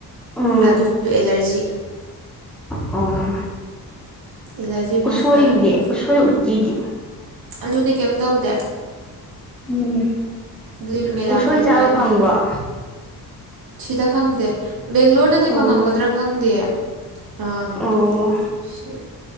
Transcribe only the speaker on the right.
ꯑꯗꯨꯁꯨ ꯑꯦꯂꯔꯖꯤ
ꯑꯦꯂꯔꯖꯤ ꯃꯥꯁꯇꯔꯅꯦ
ꯑꯗꯨꯗꯤ ꯀꯩꯝ ꯇꯧꯗꯦ
ꯑꯗꯨꯂꯤꯝ ꯃꯦꯔꯥ
ꯐꯦꯚꯣꯔꯥꯏꯠꯅꯦ
ꯁꯤꯗ ꯐꯪꯗꯦ ꯕꯦꯡꯒ꯭ꯂꯣꯔꯗꯗꯤ
ꯐꯪꯉꯝꯒꯗ꯭ꯔꯥ ꯈꯪꯗꯦ ꯑꯥ
ꯁꯤ